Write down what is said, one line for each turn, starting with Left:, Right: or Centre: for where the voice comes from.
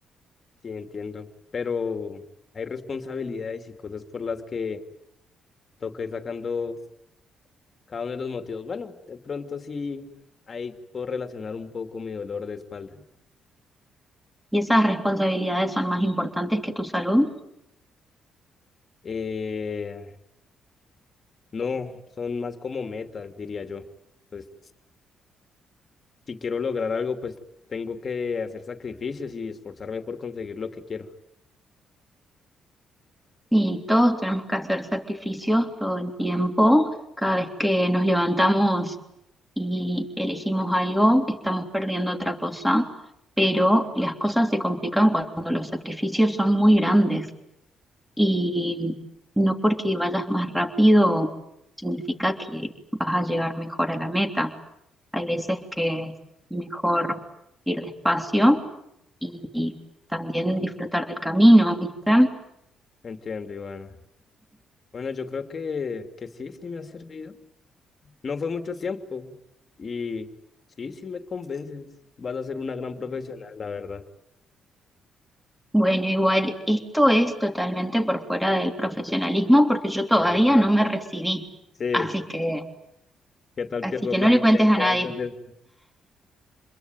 Left: Sí, entiendo. Pero hay responsabilidades y cosas por las que toca ir sacando cada uno de los motivos. Bueno, de pronto sí, ahí puedo relacionar un poco mi dolor de espalda.
Centre: Y esas responsabilidades son más importantes que tu salud.
Left: Eh, no, son más como metas, diría yo. Pues si quiero lograr algo, pues tengo que hacer sacrificios y esforzarme por conseguir lo que quiero.
Centre: Y todos tenemos que hacer sacrificios todo el tiempo. Cada vez que nos levantamos y elegimos algo, estamos perdiendo otra cosa, pero las cosas se complican cuando los sacrificios son muy grandes y no porque vayas más rápido significa que vas a llegar mejor a la meta. Hay veces que es mejor ir despacio y, y también disfrutar del camino, ¿viste?
Left: Entiendo, Ivana. Bueno, yo creo que, que sí, sí me ha servido. No fue mucho tiempo y sí, sí me convences. Vas a ser una gran profesional, la verdad.
Centre: Bueno, igual, esto es totalmente por fuera del profesionalismo porque yo todavía
Left: Sí, exacto.
Centre: no me recibí,
Left: Sí,
Centre: así que
Left: ¿qué tal
Centre: así
Left: pierdas
Centre: que
Left: la
Centre: no
Left: licencia
Centre: le cuentes a nadie,
Left: antes de...